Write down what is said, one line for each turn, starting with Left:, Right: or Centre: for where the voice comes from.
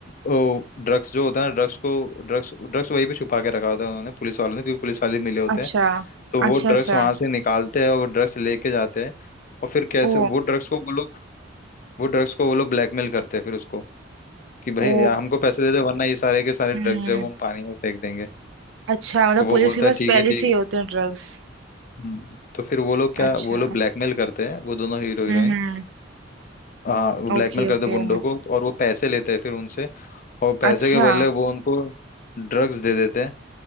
Left: ड्रग्स जो होता है ड्रग्स को ड्रग्स ड्रग्स वहीं पे छुपा के रखा होता है उन्होंने पुलिस वालों ने क्योंकि पुलिस वाले मिले होते
Right: अच्छा
Left: हैं तो वो
Right: अच्छा
Left: ड्रग्स
Right: अच्छा
Left: वहां से निकालते हैं और वो ड्रग्स लेके जाते हैं और फिर कैसे
Right: ओ
Left: वो ड्रग्स को वो लोग वो ड्रग्स को वो लोग ब्लैकमेल करते हैं फिर उसको कि भाई
Right: ओ
Left: यार हमको पैसे दे दे वरना ये सारे के सारे
Right: हम्म
Left: ड्रग्स जो है वो हम पानी में फेंक देंगे
Right: अच्छा मतलब
Left: तो वो
Right: पुलिस
Left: बोलता
Right: के पास
Left: है ठीक
Right: पहले
Left: है ठीक
Right: से ही होते हैं ड्रग्स
Left: हम्म, तो फिर वो लोग क्या
Right: अच्छा
Left: वो लोग ब्लैकमेल करते हैं वो दोनों हीरो हीरोइन
Right: हम्म
Left: हाँ वो ब्लैकमेल
Right: Okay
Left: करते
Right: okay
Left: हैं गुंडों को और वो पैसे लेते हैं फिर उनसे और पैसे
Right: अच्छा
Left: के बदले वो उनको ड्रग्स दे देते हैं